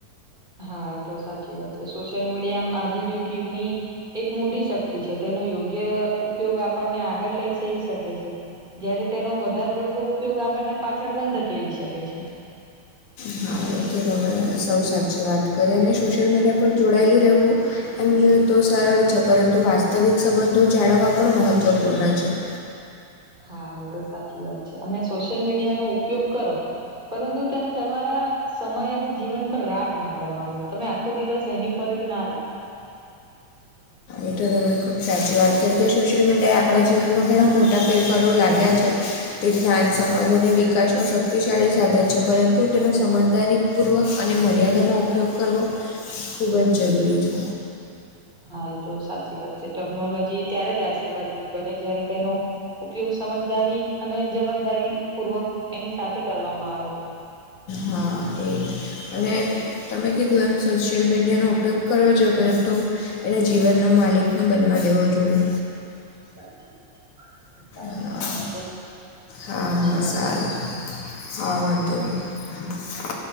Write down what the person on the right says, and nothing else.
હા એ તો સાચી વાત છે, સોશિયલ મીડિયા આધુનિક યુગની એક મોટી શક્તિ છે, તે એનો યોગ્ય ઉપયોગ આપનને આગળ લઈ જઈ શકે છે. જયારે તેનો વધારે પડતો ઉપયોગ આપણને પાછળ પણ ધકેલી શકે છે.
હા! એ તો સાચી વાત છે, અને સોશિયલ મીડિયાનો ઉપયોગ કરો, પરંતુ તેને તમારા સમય અને જીવન પર રાજ ના કરવા દો, તમે આખો દિવસ એની પર જ ના રહો.
હા, એ તો સાચી વાત છે, ટેકનોલોજી ત્યારેજ આશીર્વાદ રૂપ બને, જ્યારે તેનો ઉપયોગ સમજદારી અને જવાબદારી પૂર્વક એની સાથે કરવામાં આવે તો.
સાચી વાત છે, વાંધો નહી સારું
સારું ચલો
પછી વાત
કરીશું